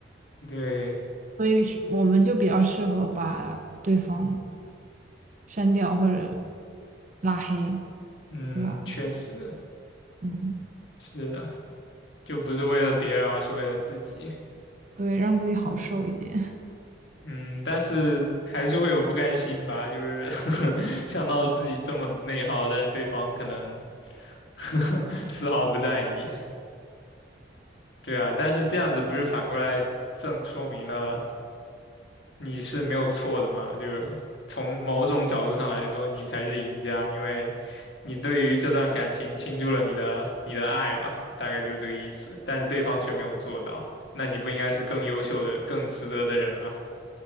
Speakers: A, on the left; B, on the right.
A: 对，
B: 所以是我们就比较适合把对方删掉或者拉黑，
A: 嗯，
B: 对吧？
A: 确实
B: 嗯，
A: 是啊就不是为了别人，而是为了自己。
B: 对，让自己好受一点。
A: 嗯，但是还是会有不甘心吧，就是 <laughs> 想到自己这么内耗，但对方可能 <laughs> 丝毫不在意。对啊，但是这样子不是反过来正说明了你是没有错的嘛，就是从某种角度上来说，你才是赢家，因为你对于这段感情倾注了你的你的爱吧，大概就是这个意思。但是对方却没有做到，那你不应该是更优秀的、更值得的人吗？